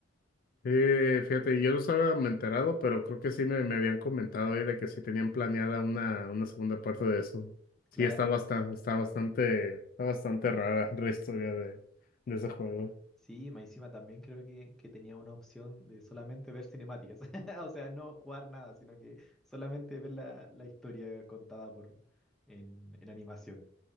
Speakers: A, on the left; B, in the centre.
A: Eh, fíjate, yo no estaba enterado, pero creo que sí me, me habían comentado ahí de que sí tenían planeada una, una segunda parte de eso. Sí,
B: Claro,
A: está bastante, está bastante, está bastante rara la historia de, de ese juego.
B: sí, más encima también creo que, que tenía una opción de solamente ver cinemáticas, <laughs> o sea, no jugar nada, sino que solamente ver la, la historia contada por en, en animación.